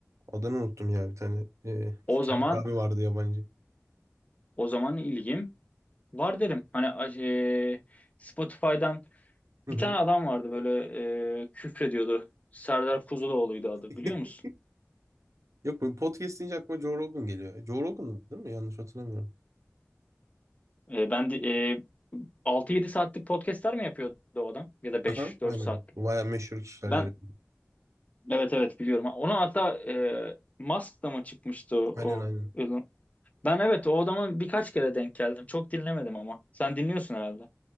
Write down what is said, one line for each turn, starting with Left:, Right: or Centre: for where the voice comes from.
Right: Adını unuttum ya bir tane. Ee,
Left: O
Right: <laughs> kendi
Left: zaman
Right: bir abi vardı yabancı.
Left: o zaman ilgim var derim. Hani e, Spotify'dan
Right: Hı
Left: bir
Right: hı.
Left: tane adam vardı böyle e, küfrediyordu. Serdar Kuzuloğlu'ydu adı
Right: <laughs>
Left: biliyor musun?
Right: Yok bu podcast deyince aklıma Joe Rogan geliyor. E, Joe Rogan değil mi? Yanlış hatırlamıyorum.
Left: E, ben de e, 6-7 saatlik podcastler mi yapıyordu o adam? Ya da 5-4
Right: Aha, aynen.
Left: saatlik.
Right: Baya meşhur kişiler
Left: Ben
Right: geliyor.
Left: evet evet biliyorum. Ona hatta e, Musk'la mı çıkmıştı o?
Right: Aynen
Left: o
Right: aynen.
Left: Elon? Ben evet o adama birkaç kere denk geldim. Çok dinlemedim ama. Sen dinliyorsun herhalde.